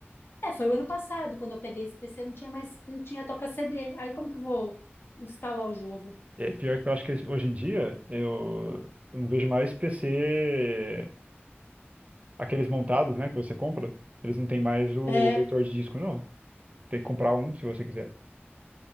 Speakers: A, on the left (about 60°); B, on the right (about 30°).
A: é, foi o ano passado, quando eu peguei esse PC, não tinha mais, não tinha toca CD, aí como que eu vou instalar o jogo?
B: É, pior que eu acho que hoje em dia eu eu não vejo mais PC Aqueles montados, né, que você compra, eles não têm mais o
A: É,
B: leitor de disco, não. Tem que comprar um se você quiser.